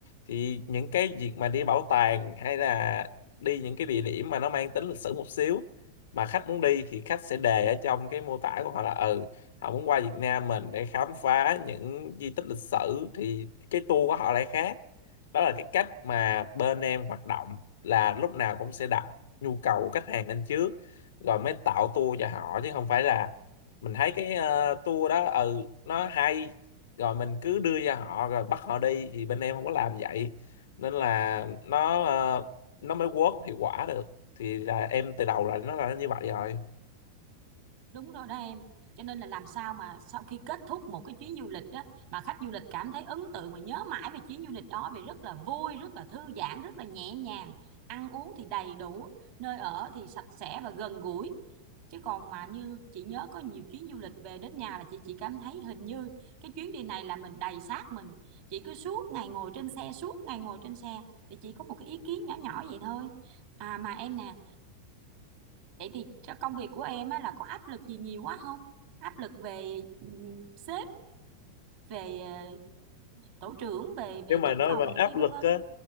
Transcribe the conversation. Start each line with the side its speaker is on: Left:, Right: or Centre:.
Left: thì những cái việc mà đi bảo tàng hay là đi những cái địa điểm mà nó mang tính lịch sử một xíu mà khách muốn đi thì khách sẽ đề ở trong cái mô tả của họ là ừ họ muốn qua Việt Nam mình để khám phá những di tích lịch sử thì cái tour của họ lại khác đó là cái cách mà bên em hoạt động là lúc nào cũng sẽ đặt nhu cầu của khách hàng lên trước rồi mới tạo tour cho họ chứ không phải là mình thấy cái ờ, tour đó ừ nó hay rồi mình cứ đưa cho họ rồi bắt họ đi thì bên em không có làm vậy nên là nó ờ, nó mới work hiệu quả được thì là em từ đầu là nó là như vậy rồi
Right: Đúng rồi đó em. Cho nên là làm sao mà sau khi kết thúc một cái chuyến du lịch đó mà khách du lịch cảm thấy ấn tượng và nhớ mãi về chuyến du lịch đó vì rất là vui, rất là thư giãn, rất là nhẹ nhàng, ăn uống thì đầy đủ, nơi ở thì sạch sẽ và gần gũi. Chứ còn mà như chị nhớ có nhiều chuyến du lịch về đến nhà là chị chỉ cảm thấy hình như cái chuyến đi này là mình đầy xác mình. Chị cứ suốt ngày ngồi trên xe, suốt ngày ngồi trên xe thì chỉ có một cái ý kiến nhỏ nhỏ vậy thôi. À mà em nè, Vậy thì trong công việc của em á, là có áp lực gì nhiều quá không? Áp lực về ừm, sếp, về ờ, tổ trưởng, về về
Left: nếu mà
Right: trưởng
Left: nói
Right: phòng
Left: mà
Right: này
Left: áp
Right: kia vân
Left: lực
Right: vân.
Left: á